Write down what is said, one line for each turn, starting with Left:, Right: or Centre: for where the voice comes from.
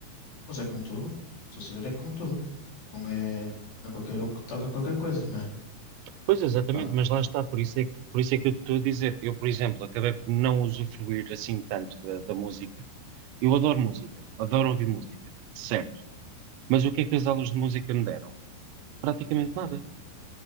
Left: Mas é como tudo. Estás a ver, é como tudo. Não é, não é qualquer um que toca qualquer coisa, não é?
Right: Pois exatamente,
Left: Pá, mas...
Right: mas lá está, por isso é que, por isso é que eu te estou a dizer. Eu, por exemplo, acabei por não usufruir assim tanto da, da música. Eu adoro música, adoro ouvir música, certo. Mas o que é que as aulas de música me deram? Praticamente nada.